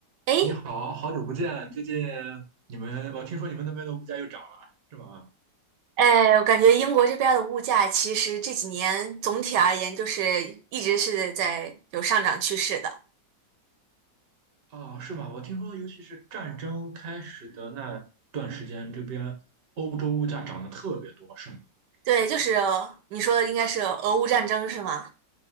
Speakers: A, on the right (about 75°); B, on the right (about 50°).
A: 哎，
B: 你好，好久不见。最近你们，我听说你们那边的物价又涨了，是吗？
A: 哎，我感觉英国这边儿的物价其实这几年总体而言就是一直是在有上涨趋势的。
B: 哦，是吗？我听说，尤其是战争开始的那段时间，这边欧洲物价涨得特别多，是吗？
A: 对，就是你说的应该是俄乌战争是吗？